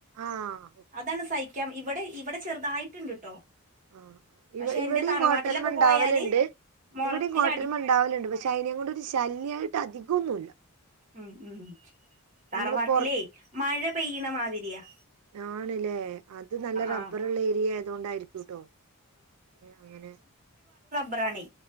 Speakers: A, on the right; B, on the right.
A: ആഹ്
B: അതാണ് സഹിക്ക് ക്ക്യം ഇവടെ ഇവടെ ചെറുതായിട്ണ്ട് ട്ടോ
A: ആ
B: പക്ഷെ
A: ഇവിടെയും
B: എന്റെ തറവാട്ടിലൊക്കെ
A: കോട്ടരംണ്ടാവലുണ്ട്
B: പോയാല് മൊറത്തിൽ
A: ഇവിടെയും കോട്ടരമണ്ടാവലുണ്ട് പ ചൈനയയും കൊണ്ട്രു ശല്യമായിട്ട് അധികൊന്നുമില്ല
B: ഉ ഉ തറവാട്ടിലേ
A: നമ്മള് പുറ
B: മഴ പെയ്യണ മാതിരി ആ
A: ആണല്ലേ അത് നല്ല റബ്ബർള്ള
B: ആഹ്
A: ഏരിയ ആയതൊണ്ടായിരിക്കുംട്ടോ അങ്ങനെ
B: പ്ര്രാണി